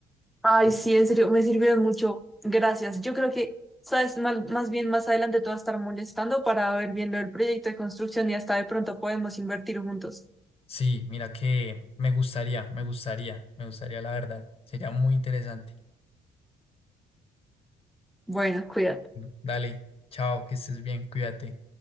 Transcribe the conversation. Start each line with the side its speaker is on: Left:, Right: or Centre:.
Centre: Ay, sí, en serio, me sirvieron mucho. Gracias. Yo creo que, sabes, Mal- más bien más adelante te vas a estar molestando para ver bien lo del proyecto de construcción y hasta de pronto podemos invertir juntos.
Left: Sí, mira que me gustaría, me gustaría, me gustaría la verdad. Sería muy interesante.
Centre: Bueno, cuídate.
Left: Bueno, Dale, chao, que estés bien, cuídate.